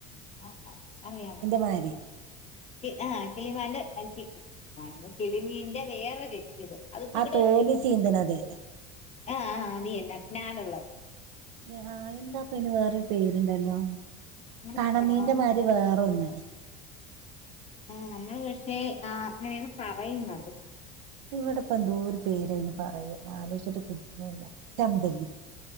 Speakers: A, on the left; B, on the right.
A: ആ ആഹ് അറിയാമോ
B: വാരി
A: തീ ആ കിളിമാന്റെ <unintelligible> കിളിമീന്റെ വേറൊരു ഇത് അത് ഇത്തി
B: ആ
A: കൂടെ
B: തോല്
A: ആ
B: ചീന്തണത്
A: ആ അത് തന്നെ നാനൊള്ളത്
B: പേ ആ എന്താപ്പ ഇന് വേറൊരു പേരുണ്ടല്ലോ
A: അങ്ങനെ
B: കണമീന്റെ
A: ശങ്കരമാമാ
B: മാരി വേറെ ഒന്ന്
A: ആ നമ്മള് പക്ഷേ ആ അങ്ങനെയാണ് പറയുന്നതും
B: ഇവിടെപ്പ എന്തോരു പേരയ്ന് പറയും ആലോചിച്ചിട്ട് കിട്ടണില്ല ചെമ്പല്ലി.